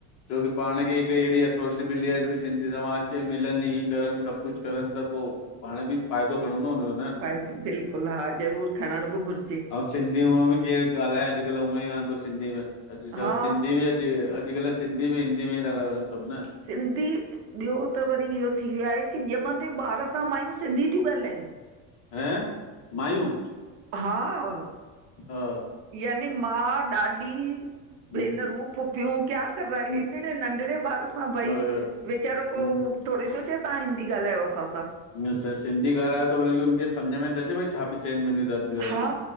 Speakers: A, on the left; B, on the right.
A: छोकी पाण खे हिक एहड़ी अथोरिटी मिली आ भई सिंधी समाज खे मिलन ई करन सभ कुछ करन त पो पाण बि फ़ायदो करड़ो हुंदो
B: भाई बिल्कुल हा ज़रूरु खड़़ड़ बि घुरजे
A: ऐं सिंधी उअं बि केर ॻाल्हाएअॼकल उवई वांगुर सिंधी में अॼ कल
B: हा
A: अॼुकल सिन्धी बी हिंदी में ई ता ॻाल्हएंन सभ न
B: सिंधी ॿयो त वरी इयो थी व्यो आहे कि ॼमंदे ॿारु सां मायूं सिंधी थियूं ॻाल्हाएन
A: हें मायूं
B: हा व
A: ह
B: यानी मां ॾाॾी
A: हम्म
B: भेनरूं फुफयूं क्या कर रा
A: हम्म
B: हेॾड़े नंढड़े ॿारु हा भई
A: बराबरि
B: वीचारो को
A: हम्म
B: थोड़ी तो चए तहां हिंदी ॻाल्हायो असां सां
A: न सिर्फ सिंधी ॻाल्हायो त वरी उनन खे समझ में त अचे भई छा पी चयन मुंजे लाए
B: हा